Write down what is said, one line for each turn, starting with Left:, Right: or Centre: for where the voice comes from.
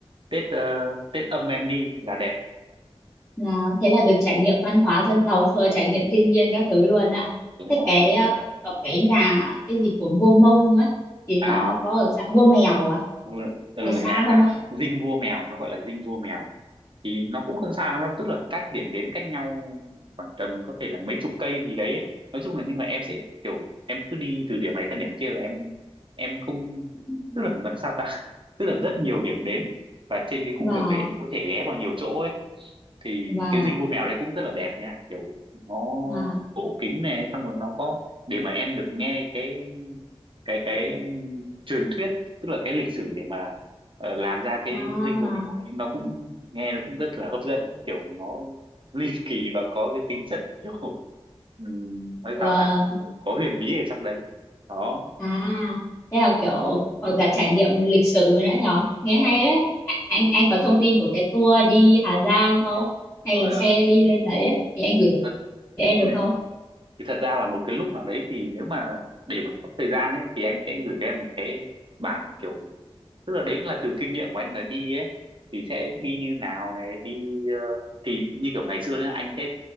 Right: Tết ờ, Tết âm em đi là đẹp
Left: là thế là được trải nghiệm văn hóa dân tộc xong rồi trải nghiệm thiên nhiên các thứ luôn à
Right: đúng
Left: thế
Right: rồi
Left: cái ờ,
Right: chính xác.
Left: có cái nhà cái gì của vua Mông ấy thì nó
Right: à
Left: có ở xã vua Mèo à
Right: vừa- từ
Left: có xa
Right: nhà
Left: không anh
Right: dinh vua mèo nó gọi là dinh vua mèo thì nó cũng không xa lắm đâu tức là các điểm đến cách nhau khoảng tầm có thể là mấy chục cây gì đấy ấy. nói chung là nhưng mà em sẽ kiểu em cứ đi từ điểm này sang điểm kia là em em không
Left: Ừ.
Right: tức là nói sao ta <laughs> tức là rất nhiều điểm đến và trên cái cung
Left: và
Right: đường đấy em có thể ghé vào nhiều chỗ ấy thì
Left: và
Right: cái dinh vua mèo đấy cũng rất là đẹp nha kiểu nó
Left: và
Right: cổ kính này xong rồi nó có để mà em được nghe cái cái cái um, truyền thuyết tức là cái lịch sử để mà ờ, làm ra cái
Left: à
Right: dinh vua mèo đấy nó cũng nghe nó cũng rất là hấp dẫn kiểu nó ly <laughs> kỳ và có cái tính chất kiểu ừm, nói
Left: và
Right: sao ta Kiểu có huyền bí ở trong đấy đó
Left: à thế là
Right: ừ,
Left: kiểu còn cả trải nghiệm lịch sử nữa nhở nghe
Right: đúng
Left: hay
Right: rồi
Left: ấy A- anh anh có thông tin của cái tour đi Hà Giang không hay
Right: Ờ,
Left: là xe đi lên đấy ấy thì anh gửi
Right: thật,
Left: cho em
Right: ừ.
Left: được không
Right: thì thật ra là một cái lúc nào đấy thì nếu mà để mà có thời gian ấy thì anh sẽ gửi cho em một cái bản kiểu tức là đấy cũng là từ kinh nghiệm của anh là đi ấy thì sẽ đi như nào này đi ờ, thì như kiểu ngày xưa nữa anh sẽ